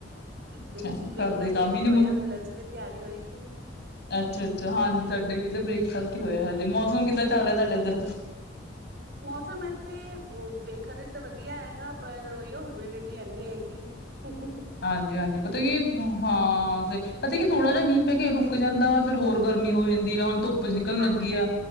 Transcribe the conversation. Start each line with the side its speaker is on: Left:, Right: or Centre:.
Left: ਅੱਛਾ
Right: ਬ੍ਰੇਕਫਾਸਟ
Left: ਘਰ ਦੇ ਕੰਮ
Right: ਤੋਂ ਫਰੀ
Left: ਹੀ ਨੀ
Right: ਹੋਇਆ, ਹੁਣ ਲੰਚ ਦੀ ਤਿਆਰੀ ਹੋਏਗੀ।
Left: ਅੱਛਾ-ਅੱਛਾ, ਹਾਂਜੀ ਸਾਡੇ ਵੀ ਇਧਰ ਬ੍ਰੇਕਫਾਸਟ ਹੀ ਹੋਇਆ, ਹਜੇ ਮੌਸਮ ਕਿੱਦਾਂ ਚੱਲ ਰਿਹਾ ਸਾਡੇ ਇੱਧਰ
Right: ਮੌਸਮ ਇੱਥੇ ਵੇਖਣ ਵਿੱਚ ਤਾਂ ਵਧੀਆ ਹੈਗਾ, ਪਰ ਉਹੀਓ ਹਿਊਮਿਡਿਟੀ ਐਨੀ ਹੈਗੀ। ਹੂੰ,
Left: ਹਾਂਜੀ-ਹਾਂਜੀ ਪਤਾ ਕੀ ਹਾਂ, ਫੇਰ ਪਤਾ ਕਿ ਥੋੜ੍ਹਾ ਜਾ ਮੀਂਹ ਪੈ ਕੇ ਰੁਕ ਜਾਂਦਾ ਵਾ, ਫੇਰ ਹੋਰ ਗਰਮੀ ਹੋ ਜਾਂਦੀ ਆ, ਹੁਣ ਤੁਪ ਧੁੱਪ ਨਿਕਲਣ
Right: ਹਾਂਜੀ
Left: ਲੱਗੀ ਆ,